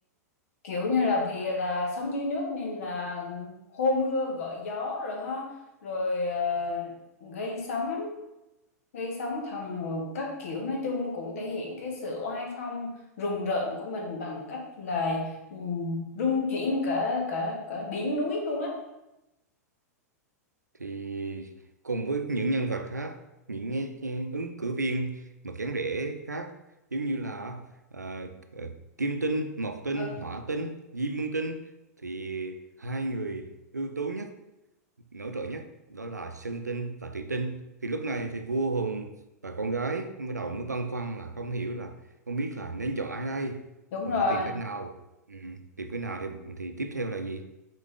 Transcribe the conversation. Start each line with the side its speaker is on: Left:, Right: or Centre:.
Left: kiểu như là vì là sống dưới nước nên là hô mưa gọi gió rồi ha rồi ờ, gây sóng gây sóng thần rồi các kiểu nói chung cũng thể hiện cái sự oai phong rùng rợn của mình bằng cách là ừm, rung chuyển cả cả cả biển núi luôn á
Right: thì cùng với những nhân vật khác những cái- cái ứng cử viên mà kén rể khác giống như là ờ, ờ, Kim Tinh, Mộc Tinh,
Left: Ừ.
Right: Hỏa Tinh, Diêm Vương Tinh thì hai người ưu tú nhất, nổi trội nhất đó là Sơn Tinh và Thủy Tinh. Thì lúc này thì vua Hùng và con gái mới đầu mới băn khoăn là không hiểu là không biết là nên chọn ai đây,
Left: đúng
Right: mình
Left: rồi
Right: phải tìm cách nào, ừ, tìm cái nào thì thì tiếp theo là gì?